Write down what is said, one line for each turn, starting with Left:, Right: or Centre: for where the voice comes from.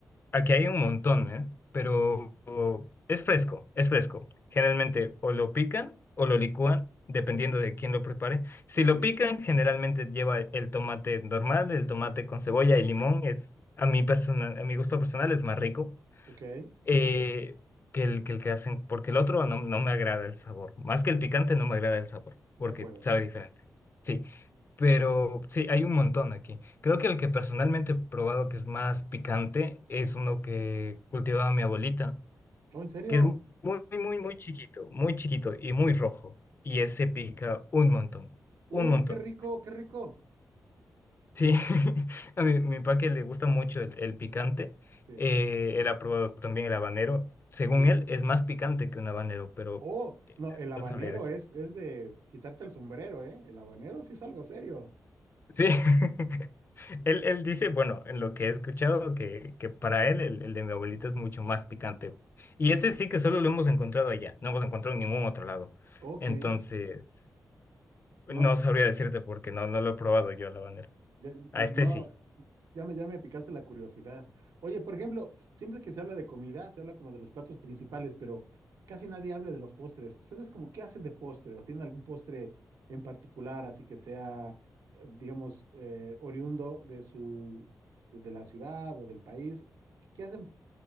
Left: Aquí hay un montón, ¿eh? Pero o- es fresco, es fresco. Generalmente o lo pican o lo licúan, dependiendo
Right: O-
Left: de quién lo prepare. Si
Right: Ok,
Left: lo pican, generalmente lleva el tomate normal, el tomate con cebolla y limón. Es, a mi persona- a mi gusto personal es más rico
Right: ok,
Left: eh, que el, que el que hacen, porque el otro no, no me agrada el sabor. Más que el picante, no me agrada el sabor,
Right: de
Left: porque
Right: acuerdo.
Left: sabe diferente. Sí, pero sí, hay un montón aquí. Creo que el que personalmente he probado que es más picante es uno que cultivaba mi abuelita,
Right: Oh, ¿en serio?
Left: que es muy, muy, muy chiquito, muy chiquito y muy rojo. Y ese pica un montón,
Right: Uh,
Left: un montón.
Right: qué rico, qué rico.
Left: Sí, <laughs> a mi, mi papá que le gusta mucho el, el picante,
Right: Sí,
Left: eh, él ha probado también el habanero. Según
Right: sí.
Left: él, es más picante que un habanero, pero
Right: Oh,
Left: eh,
Right: no, el habanero
Left: no sabría decir.
Right: es, es de quitarte el sombrero, ¿eh? El habanero sí es algo serio.
Left: Sí, <laughs> él, él dice, bueno, en lo que he escuchado, que, que para él el, el de mi abuelita es mucho más picante. Y ese sí que solo lo hemos encontrado allá, no hemos encontrado en ningún otro lado.
Right: Ok.
Left: Entonces,
Right: No,
Left: no sabría decirte porque no, no lo he probado yo el habanero.
Right: Ya-
Left: A
Right: ya-
Left: este
Right: no,
Left: sí.
Right: ya me, ya me picaste la curiosidad. Oye, por ejemplo, siempre que se habla de comida, se habla como de los platos principales, pero casi nadie habla de los postres. ¿Ustedes como qué hacen de postre o tienen algún postre en particular, así que sea, eh, digamos, eh, oriundo de su, de, de la ciudad o del país? ¿Qué hacen?